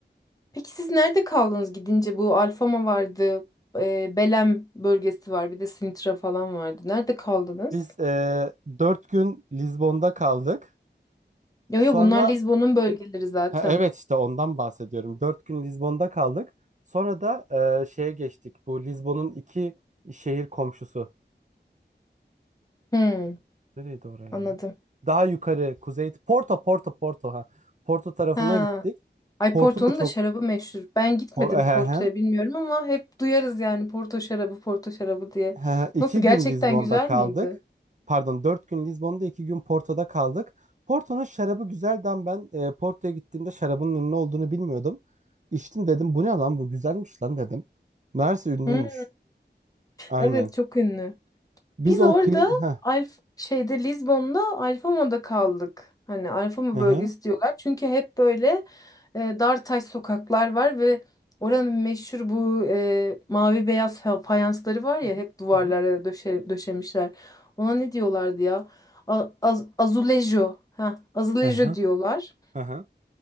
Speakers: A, on the left (about 20°); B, on the right (about 40°).
A: Peki siz nerede kaldınız gidince? Bu Alfama vardı. e, Belem bölgesi var. Bir de Sintra falan vardı. Nerede kaldınız?
B: Biz e, 4 gün Lizbon'da kaldık.
A: Yo
B: Sonra
A: yo bunlar Lizbon'un bölgeleri zaten.
B: Ha, evet işte ondan bahsediyorum. Dört gün Lizbon'da kaldık. Sonra da e, şeye geçtik. Bu Lizbon'un iki şehir komşusu.
A: Hmm,
B: Nereydi oraya?
A: anladım.
B: Daha yukarı kuzey. Porto, Porto, Porto. Ha. Porto tarafına
A: Ha.
B: gittik.
A: Ay
B: Porto
A: Porto'nun
B: da çok...
A: da şarabı meşhur. Ben gitmedim
B: O, he, he,
A: Porto'ya bilmiyorum ama hep duyarız yani Porto şarabı, Porto şarabı diye.
B: he, iki
A: Nasıl gerçekten
B: gün Lizbon'da
A: güzel
B: kaldık.
A: miydi?
B: Pardon dört gün Lizbon'da iki gün Porto'da kaldık. Porto'nun şarabı güzeldi ama ben e, Porto'ya gittiğimde şarabın ünlü olduğunu bilmiyordum. İçtim dedim bu ne lan bu güzelmiş lan dedim. Meğerse ünlüymüş.
A: Hmm,
B: Aynen.
A: evet çok ünlü.
B: Biz
A: Biz
B: o
A: orada
B: kıyı... Heh.
A: Alf şeyde Lizbon'da Alfama'da kaldık. Hani Alfama
B: Hı hı.
A: bölgesi diyorlar. Çünkü hep böyle e, dar taş sokaklar var ve oranın meşhur bu e, mavi beyaz fa- fayansları var ya
B: Hı hı,
A: hep duvarlara
B: hı hı,
A: döşe, döşemişler. Ona ne diyorlardı ya? A- az- azulejo. Ha, azulejo
B: Hı hı.
A: diyorlar.
B: Hı hı.